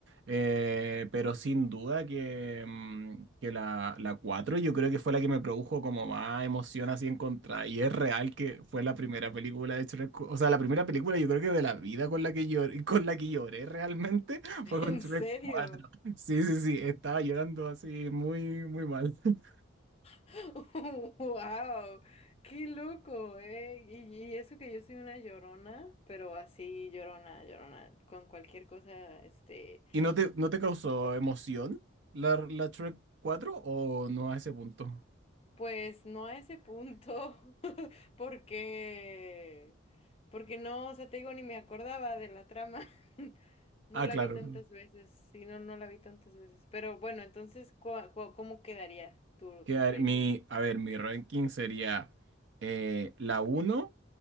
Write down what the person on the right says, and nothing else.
Eh, pero sin duda que, mm, que la, la 4 yo creo que fue la que me produjo como más emoción así en contra. Y es real que fue la primera película de Shrek. cu- O sea, la primera película yo creo que de la vida con la que lloré, <laughs> con la que lloré realmente <laughs>
fue
con Shrek
cuatro Sí, sí, sí, estaba llorando así muy, muy mal. <laughs>
¿Y no te, no te causó
emoción la, la Shrek 4 o no a ese punto?
Ah,
claro.
Que
mi, a ver, mi ranking sería eh, la uno